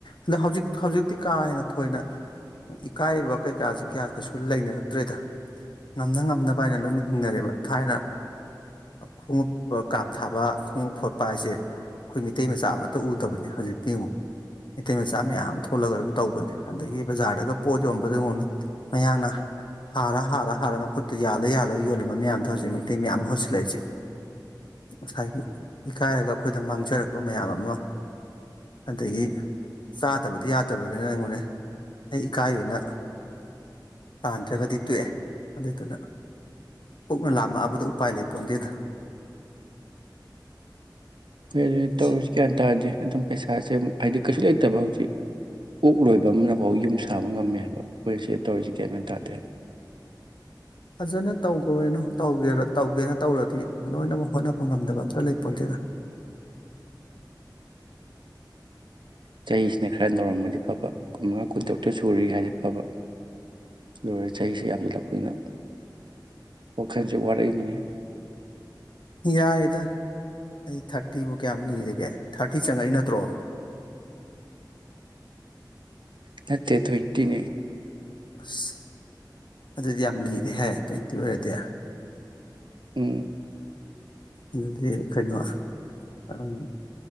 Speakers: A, on the left (about 80°); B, on the right (about 90°).
A: ꯑꯗꯣ ꯍꯧꯖꯤꯛ ꯍꯧꯖꯤꯛꯇꯤ ꯀꯥ ꯍꯦꯟꯅ ꯊꯣꯏꯅ ꯏꯀꯥꯏꯕ ꯀꯩꯀꯥꯁꯦ ꯀꯌꯥ ꯀꯩꯁꯨ ꯂꯩꯅꯔꯛꯇ꯭ꯔꯦꯗ ꯉꯝꯅ ꯉꯝꯅꯕ ꯍꯥꯏꯅ ꯂꯣꯏꯅꯃꯛ ꯍꯤꯡꯅꯔꯦꯕ ꯊꯥꯏꯅ ꯈꯣꯡꯎꯞꯄ ꯀꯥꯞ ꯊꯥꯕ ꯈꯣꯡꯎꯞ ꯐꯣꯠꯄ ꯍꯥꯏꯁꯦ ꯑꯩꯈꯣꯏ ꯃꯤꯇꯩ ꯃꯆꯥ ꯑꯃꯠꯇ ꯎꯗꯕꯅꯦ ꯍꯧꯖꯤꯛꯇꯤ ꯌꯦꯡꯉꯣ ꯃꯤꯇꯩ ꯃꯆꯥ ꯃꯌꯥꯝ ꯊꯣꯛꯂꯒ ꯑꯗꯨꯝ ꯇꯧꯕꯅꯦ ꯑꯗꯒꯤ ꯕꯖꯥꯔꯗꯒ ꯄꯣꯠ ꯌꯣꯟꯕꯗ ꯌꯦꯡꯉꯣ ꯃꯌꯥꯡꯅ ꯍꯥꯔ ꯍꯥꯔ ꯍꯥꯔ ꯃꯈꯨꯠꯇ ꯌꯥꯜꯂ ꯌꯥꯜꯂꯒ ꯌꯣꯜꯂꯝꯕ ꯃꯌꯥꯝꯗꯣ ꯍꯧꯖꯤꯛ ꯃꯩꯇꯩ ꯃꯌꯥꯝ ꯃꯍꯨꯠ ꯁꯤꯜꯂꯛꯏꯁꯦ ꯉꯁꯥꯏꯒꯤ ꯏꯀꯥꯏꯔꯒ ꯑꯩꯈꯣꯏꯗ ꯃꯥꯡꯖꯔꯛꯄ ꯃꯌꯥꯝ ꯑꯃ ꯑꯗꯒꯤ ꯆꯥꯗꯕꯗꯤ ꯌꯥꯗꯕꯅꯤꯅ ꯑꯩꯉꯣꯟꯅꯦ ꯑꯩ ꯏꯀꯥꯏꯌꯦꯅ ꯇꯥꯟꯗ꯭ꯔꯒꯗꯤ ꯇꯣꯛꯑꯦ ꯑꯗꯨꯏꯗꯨꯅ ꯄꯨꯛꯅ ꯂꯥꯝꯃꯛꯑꯕꯗ ꯎꯄꯥꯏ ꯂꯩ ꯄꯣꯟꯗꯦꯗ
B: ꯍꯣꯏ ꯑꯗꯨꯗꯤ
A: ꯁꯤ
B: ꯇꯧꯔꯤꯁꯤ ꯒ꯭ꯌꯥꯟ ꯇꯥꯗꯦ ꯑꯗꯨꯝ ꯄꯩꯁꯥꯁꯦ ꯍꯥꯏꯗꯤ ꯀꯩꯁꯨ ꯂꯩꯇꯕ ꯍꯧꯖꯤꯛ ꯑꯣꯛ ꯂꯣꯏꯕ ꯑꯃꯅꯐꯥꯎ ꯌꯨꯝ ꯁꯥꯕ ꯉꯝꯃꯦ ꯍꯥꯏꯕ ꯑꯩꯈꯣꯏꯅ ꯁꯤꯗ ꯇꯧꯔꯤꯁꯤ ꯒ꯭ꯌꯥꯟ ꯇꯥꯗꯦ ꯍꯥꯏꯕ
A: ꯐꯖꯅ ꯇꯧꯈꯣꯏꯅꯣ ꯇꯧꯒꯦ ꯇꯧꯒꯦꯅ ꯇꯧꯔꯗꯤ ꯂꯣꯏꯅꯃꯛ ꯍꯣꯠꯅꯕ ꯉꯝꯗꯕ ꯑꯝꯇ ꯂꯩ ꯄꯣꯟꯊꯦꯗ
B: ꯆꯍꯤꯁꯤꯅ ꯈꯔ ꯅꯧꯔꯝꯃꯗꯤ ꯐꯕ ꯀꯨꯟꯃꯉꯥ ꯀꯨꯟꯇꯔꯨꯛꯇ ꯁꯨꯔꯤ ꯍꯥꯏꯕ ꯑꯣꯏꯗꯤ ꯐꯕ ꯂꯣꯏꯔꯦ ꯆꯍꯤꯁꯤ ꯌꯥꯝꯁꯤꯜꯂꯛꯄꯅ ꯋꯥꯈꯥꯏ ꯆ ꯋꯥꯔꯅꯤꯅꯦ
A: ꯌꯥꯏꯌꯦꯗ ꯑꯩ ꯊꯥꯔꯇꯤꯕꯨ ꯀꯌꯥꯝ ꯂꯤꯔꯤꯒꯦ ꯊꯥꯔꯇꯤ ꯆꯪꯉꯛꯏ ꯅꯠꯇ꯭ꯔꯣ
B: ꯅꯠꯇꯦ ꯇ꯭ꯋꯦꯟꯇꯤꯅꯦ
A: ꯑꯁ ꯑꯗꯨꯗꯤ ꯌꯥꯝ ꯂꯤꯔꯦꯍꯦ ꯇ꯭ꯋꯦꯟꯇꯤ ꯑꯣꯏꯔꯗꯤ
B: ꯎꯝ
A: ꯑꯗꯨꯗꯤ ꯀꯩꯅꯣ ꯎꯝ